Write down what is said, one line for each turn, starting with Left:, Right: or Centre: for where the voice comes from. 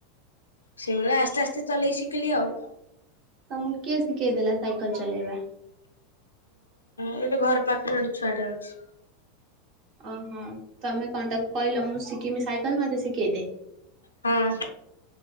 Left: ସେଇ ଭଳିଆ ଆସ୍ତେ ଆସ୍ତେ ଚଲେଇ ଶିଖିଲି ଆଉ।
Right: ତମକୁ କିଏ ଶିଖେଇ ଦେଲା ସାଇକେଲ ଚଲେଇବା?
Left: ଉଁ ଘର ପାଖରେ ଗୋଟେ ଛୁଆଟେ ଅଛି।
Right: ଓହୋ ତମେ କଣ ତାକୁ କହିଲ ମୁଁ ଶିଖିମି ସାଇକେଲ ମତେ ଶିଖେଇ ଦେ।
Left: ହଁ